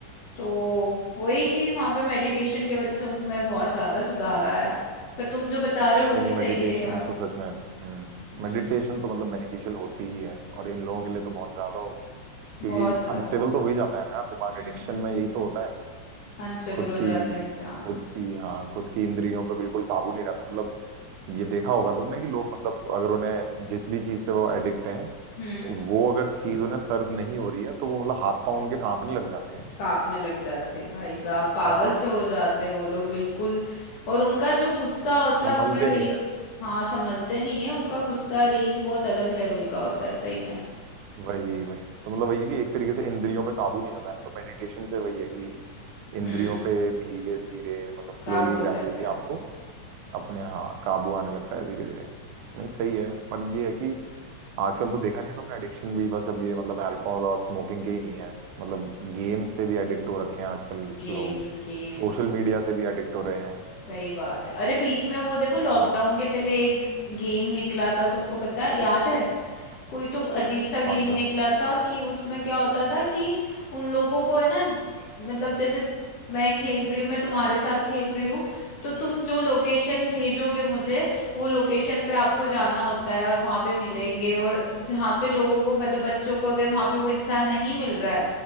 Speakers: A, on the left; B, on the right.
A: तो वही चीज वहां पे मेडिटेशन की वजह से उनमें बहुत ज्यादा सुधार आया पर तुम जो बता रहे हो वो
B: नहीं
A: भी
B: नहीं
A: सही
B: मेडिटेशन
A: है यार
B: तो सच में हम्म
A: हम्म
B: मेडिटेशन तो मतलब बेनिफिशियल होती ही है और इन लोगों के लिए तो बहुत ज्यादा होगी क्योंकि
A: बहुत ज्यादा
B: अनस्टेबल तो हो ही जाता है ना यार दिमाग
A: हम्म
B: एडिक्शन में यही तो होता है
A: अनस्टेबल
B: खुद
A: हो
B: की
A: जाता है इंसान
B: खुद की हाँ खुद की इंद्रियों पे बिल्कुल काबू नहीं रहता मतलब ये देखा होगा तुमने कि लोग मतलब अगर उन्हें जिस भी चीज से वो एडिक्ट हैं
A: हम्म
B: वो अगर चीज उन्हें सर्व नहीं हो रही है तो वो मतलब हाथ पांव उनके कांपने लग जाते हैं
A: कांपने लग जाते हैं भाई साहब पागल
B: हाँ
A: से हो जाते हैं वो लोग बिल्कुल और उनका जो गुस्सा होता
B: संभलते
A: है उनका
B: नहीं
A: रेज
B: है
A: हाँ संभलते नहीं है उनका गुस्सा रेज बहुत अलग लेवल का होता है सही में
B: वही वही तो मतलब वही है कि एक तरीके से इंद्रियों पे काबू नहीं होता है ना तो मेडिटेशन से वही है कि इंद्रियों
A: हम्म
B: पे धीरे धीरे मतलब स्लोली
A: काबू हो
B: ग्रेजुअली
A: जाता है
B: आपको अपने हाँ काबू आने लगता है धीरे धीरे नहीं सही है पर ये है कि आजकल तो देखा नहीं है तुमने एडिक्शन भी बस अब ये मतलब अल्कोहल और स्मोकिंग के ही नहीं है मतलब गेम से भी एडिक्ट हो रखे हैं आजकल
A: Games
B: लोग
A: games
B: सोशल मीडिया से भी एडिक्ट हो रहे हैं
A: सही बात है अरे बीच में वो देखो लॉकडाउन
B: हाँ
A: के पहले एक गेम निकला था तुमको पता है याद है कोई तो अजीब सा गेम
B: कौन सा
A: निकला था कि उसमें क्या होता था कि उन लोगों को है ना मतलब जैसे मैं खेल रही हूँ मैं तुम्हारे साथ खेल रही हूँ तो तुम जो लोकेशन भेजोगे मुझे वो लोकेशन पे आपको जाना होता है और वहां पे मिलेंगे और जहाँ पे लोगों को मतलब बच्चों को अगर वहां पे वो इंसान नहीं मिल रहा है